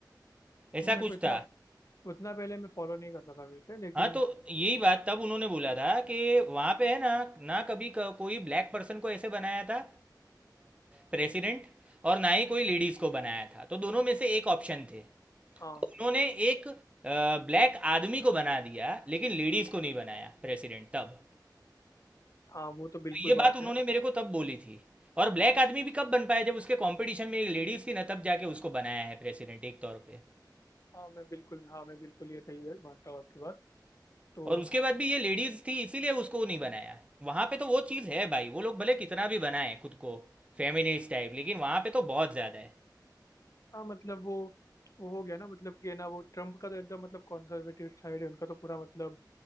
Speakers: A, on the right; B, on the left.
A: ऐसा
B: वो मेरे
A: कुछ
B: को इतना
A: था
B: उतना पहले मैं फॉलो नहीं करता था वैसे लेकिन
A: हाँ तो यही बात तब उन्होंने बोला था कि वहाँ पे है ना ना कभी क- कोई ब्लैक पर्सन को ऐसे बनाया था प्रेसिडेंट और ना ही कोई लेडीज को बनाया था तो दोनों में से एक ऑप्शन थे तो
B: हाँ
A: उन्होंने एक ब्लैक आदमी को बना दिया लेकिन लेडीज को नहीं बनाया प्रेसिडेंट तब
B: हाँ वो तो बिल्कुल
A: तो ये बात
B: बात
A: उन्होंने
B: है
A: मेरे को तब बोली थी और ब्लैक आदमी भी कब बन पाया जब उसके कंपटीशन में एक लेडीज थी ना तब जाके उसको बनाया है प्रेसिडेंट एक तौर पे
B: हाँ मैं बिल्कुल हाँ मैं बिल्कुल ये सही है मानता हूँ आपकी बात तो
A: और उसके बाद भी ये लेडीज थी इसीलिए उसको नहीं बनाया वहां पे तो वो चीज है भाई वो लोग भले कितना भी बनाए खुद को फेमिनिस्ट टाइप लेकिन वहां पे तो बहुत ज्यादा है
B: हाँ मतलब वो वो हो गया ना मतलब कि है ना वो ट्रम्प का तो एकदम मतलब कॉन्जर्वेटिव साइड है उनका तो पूरा मतलब